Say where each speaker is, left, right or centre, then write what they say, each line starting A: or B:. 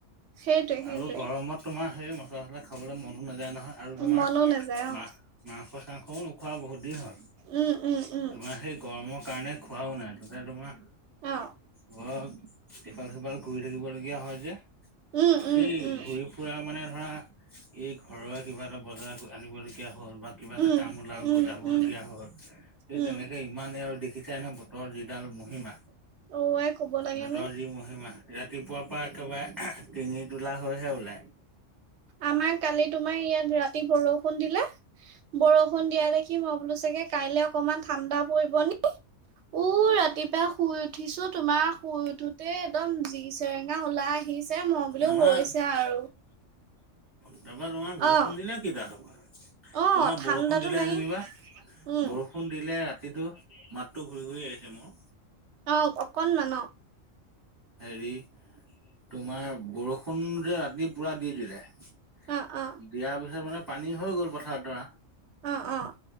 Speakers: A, on the right; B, on the right.
A: সেইটোৱে সেইটোৱে
B: আৰু গৰমত তোমাৰ সেই মছলা-চছলা খাবলৈ মনো নাযায় নহয় আৰু তোমাৰ
A: মনো নাযায়
B: মা
A: অ,
B: মাংস-চাংসও নোখোৱা বহুত দিন হ'ল,
A: উম, উম, উম,
B: তোমাৰ সেই গৰমৰ কাৰণে। খোৱাও নাই তাতে তোমাৰ
A: অ,
B: ঘৰৰ ইফাল-সিফাল কৰি থাকিব লগীয়া হয় যে।
A: উম,
B: সেই
A: উম, উম,
B: ঘূৰি ফুৰা মানে ধৰা এই ঘৰয়ে কিবা এটা বজাৰ আনিবলগীয়া হয়। হ'ল বা কিবা এটা
A: উম,
B: কাম ওলাল
A: উম,
B: জাবলগীয়া
A: উম,
B: হ'ল, সেই
A: উম,
B: তেনেকে ইমানেই আৰু দেখি নে বতৰ যিডাল মহিমা।
A: অ, আই ক'ব লাগে
B: বতৰ
A: নে?
B: যি মহিমা ৰাতিপুৱাৰ পৰা একেবাৰে টিঙিৰি-তোলা হৈহে ওলায়।
A: আমাৰ কালি তোমাৰ ইয়াত ৰাতি বৰষুণ দিলে, বৰষুণ বৰষূণ দিয়া দেখি মই বোলো চাগে কাইলে অকনমান ঠাণ্ডা পৰিব নেকি। উ, ৰাতিপুৱা শুই উঠিছো, তোমাৰ শুই উঠোতে একদম জি চেৰেঙা ওলাই আহিছে, মই বুলো
B: আমাৰ
A: হৈছে আৰু।
B: ৰাবা তোমাৰ বৰষুণ
A: অ,
B: দিলে কি দাল হ'ব।
A: অ,
B: তোমাক
A: ঠাণ্ডাতো
B: বৰষুণ দিলে,
A: নাই
B: যেনিবা
A: উম,
B: বৰষুণ দিলে কিন্তু মাতটো ঘূৰি, ঘূৰি আহিছে মোৰ।
A: অ, অকনমান অ,
B: হেৰি তোমাৰ বৰষু সুন যে ৰাতি পুৰা দি দিলে, দিয়াৰ
A: অ, অ,
B: পিছত মানে পানী হৈ গ'ল পথাৰত ধৰা।
A: অ, অ'।